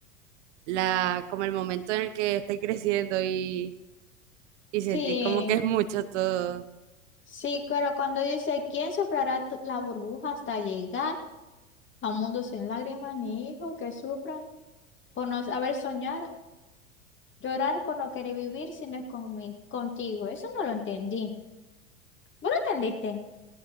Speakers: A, on the right (about 55°); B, on the left (about 30°).
A: la, como el momento en el que estoy creciendo y, y
B: Sí,
A: sentí como que es mucho todo.
B: sí, pero cuando dice, ¿quién soplará tu- la burbuja hasta llegar? A un mundo sin lágrimas ni hijos que sufran por no saber soñar, llorar por no querer vivir si no es conmi- contigo. Eso no lo entendí. ¿Vos lo entendiste?